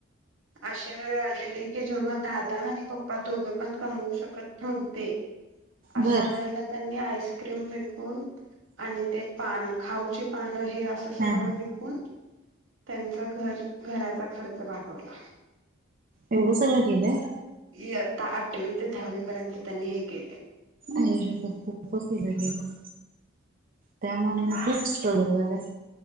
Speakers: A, on the right; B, on the right.
A: अे वेळ आलेले की जेव्हा दादा आणि पप्पा दोघं पण कमवू शकत नव्हते अशा
B: बर
A: वेळेला त्यांनी आईस्क्रीम विकून आणि ते पान खाऊची पान हे अस
B: हा हा
A: विकून त्यांचा घर घराचा खर्च भागवला
B: एवढं सगळं केलंय
A: इयत्ता आठवी ते दहावी पर्यंत त्यांनी हे केलेय.
B: आई शप्पथ! खूपच केलय ग. त्या माना्याने खूप स्ट्रगल झालेय.